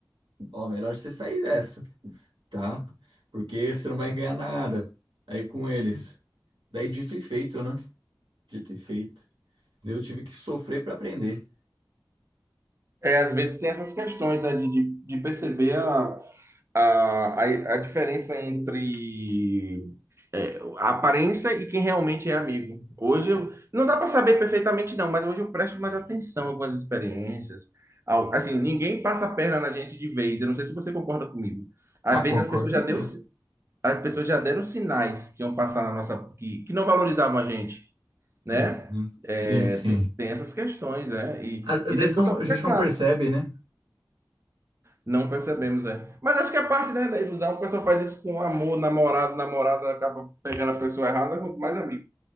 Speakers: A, on the right; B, on the right.
A: ó, melhor você sair dessa, tá? Porque você não vai ganhar nada aí com eles. Daí dito e feito, né? Dito e feito. Eu tive que sofrer para aprender.
B: É, às vezes tem essas questões, né, de, de, de perceber a, a, a, a diferença entre a aparência e quem realmente é amigo. Hoje eu, não dá para saber perfeitamente não, mas hoje eu presto mais atenção a algumas experiências. Ao- Assim, ninguém passa a perna na gente de vez. Eu não sei se você concorda comigo. Às
A: Ah,
B: vezes
A: concordo
B: as pessoas já deu,
A: mesmo.
B: si- as pessoas já deram sinais que iam passar na nossa que, que não valorizavam a gente, né?
A: Uhum.
B: É,
A: Sim, sim.
B: tem, tem essas questões, né? E,
A: Às, às
B: e depois
A: vezes não-
B: só
A: a
B: fica
A: gente
B: claro,
A: não percebe, né?
B: não percebemos, é. Mas acho que a parte, né, da ilusão, o pessoal faz isso com amor, namorado, namorada acaba pegando a pessoa errada, quanto mais amigo,